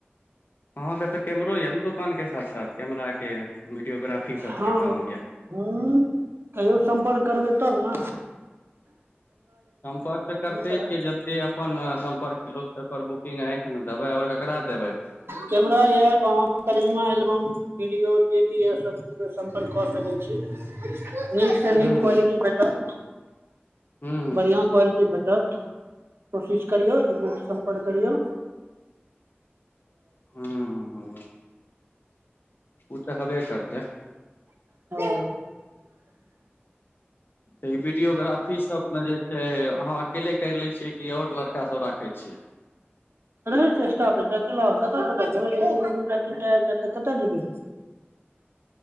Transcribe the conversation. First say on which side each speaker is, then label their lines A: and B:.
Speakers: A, on the left (about 55°); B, on the right (about 70°).
A: अहां के त कैमरो य न दुकान के साथ साथ कैमरा के वीडियोग्राफी सभके
B: हँ
A: काम यए
B: हूं कहियो सम्पर्क करबै तब न
A: सम्पर्क तऽ करते
B: करत
A: छियै जते अपन सम्पर्क लोक ओकर बुकिंग ह दबै आओर ककरा देबै
B: कैमरा ये करिज्मा एल्बम वीडियो जे भी य सब सम्पर्क कऽ सकै छी नीकसँ
A: ह्म
B: नीक क्वालिटी भेटत
A: ह्म
B: बढ़िआं क्वालिटी भेटत कोशिश करियौ एक बेर सम्पर्क करियौ
A: हू हू उ तऽ हबे करतै
B: ओ
A: त ई वीडियोग्राफी सब मे जे छै अहाँ अकेले करि लै छियै कि आओर लड़का सब राखै छियै
B: रहै छै स्टाफ एकटा कतऽ कत जेबै कतऽ जेबै